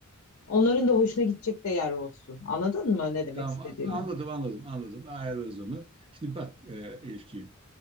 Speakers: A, on the left (about 65°); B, on the right (about 25°).
A: onların da hoşuna gidecek de yer olsun. Anladın mı ne demek
B: Tamam
A: istediğimi?
B: anladım anladım anladım ayarlarız onu. Şimdi bak e, Elifciğim